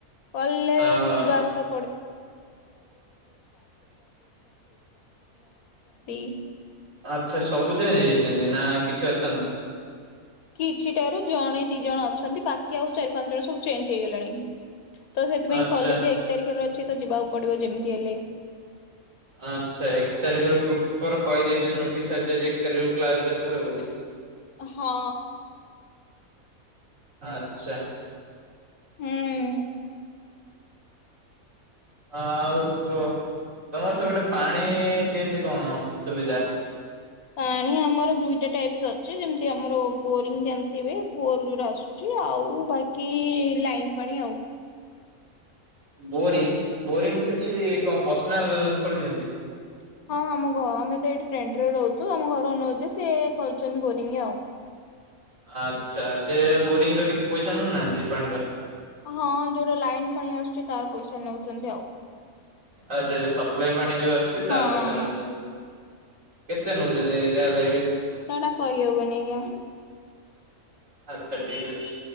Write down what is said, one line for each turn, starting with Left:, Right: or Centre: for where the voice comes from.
Left: କଲେଜି
Right: ଓହୋ
Left: ବାର ତ। <inaudible>
Right: ଆଚ୍ଛା ସବୁ ଚେଞ୍ଜ ହେଇଯାଇନ୍ତି ନା କିଛି ଅଛନ୍ତି?
Left: କିଛିଟାରୁ ଜଣେ ଦି ଜଣ ଅଛନ୍ତି ବାକି ଆଉ ଚାରି ପାଞ୍ଚ ଜଣ ସବୁ ଚେଞ୍ଜ ହେଇଗଲେଣି। ତ ସେଥିପାଇଁ
Right: ଆଚ୍ଛା
Left: କଲେଜ ଏକ ତାରିଖରେ ଅଛି ତ ଯିବାକୁ ପଡିବ ଯେମିତି ହେଲେ।
Right: ଆଚ୍ଛା ଏକ ତାରିଖରେ ପ୍ରପର କହିଦେଇଛନ୍ତି ନୋଟିସ୍ଆସିଯାଇଛିଏକତାରିଖରୁ୍ କ୍ଲାସ୍ ଜଏନେ କରିବ ବୋଲି।
Left: ହଁ।
Right: ଆଚ୍ଛା।
Left: ହୁଁ।
Right: ହ ଆଉ କୁହ ତମର ସେ ପଟ ପାଣି କେମିତି କଣ ସୁବିଧା?
Left: ପାଣି ଆମର ଦୁଇଟା ଟାଇପ ଅଛି ଯେମିତି ଆମର ବୋରିଙ୍ଗ ଜାଣିଥିବେ କୂଅରୁ ଯୋଉଟା ଆଉ ବାକି ଲାଇନ ପାଣି ଆଉ।
Right: ବୋରିଂ ବୋରିଂ ସେଠି କଣ ପର୍ସନାଲଖୋଳି ଛନ୍ତି।
Left: <inaudible> ହଁ ଆମ ଘ ଆମେ ତ ଏଇଠି ରେଣ୍ଟ ରହୁଛୁ ଆମ ଘର ଅନୁ ରଛି ସିଏ କରୁଛନ୍ତି ବୋରିଙ୍ଗ ଆଉ।
Right: ଆଚ୍ଛା ସେ ବୋରିଂ ର କିଛି ପଇସା ନଉନାହାନ୍ତି ଏ ପାଣିର?
Left: ହଁ ଯୋଉଟା ଲାଇନ୍ ପାଣି ଆସୁଛି ତାର ପଇସା ନଉଛନ୍ତି ଆଉ।
Right: ଆଚ୍ଛା ଯୋଉ ସପ୍ଲାଇ ପାଣି ଯୋଉ ଆସୁଛି
Left: ହଁ
Right: ତାର ପଇସା ନଉଛନ୍ତି। କେତେ ନେଉଛନ୍ତି ଯାହ?
Left: ସେଟା କହି ହବନି ଆଜ୍ଞା।
Right: ଆଚ୍ଛା ଠିକ୍ ଅଛି।